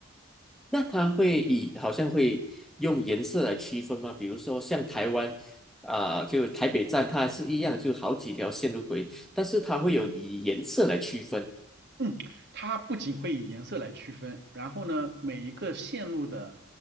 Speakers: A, in the centre; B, on the right.
A: 那它会以好像会用颜色来区分吗？比如说像台湾啊、就台北站，它是一样，就好几条线路轨，但是它会有以颜色来区分。
B: 嗯，它不仅会以颜色来区分，然后呢，每一个线路的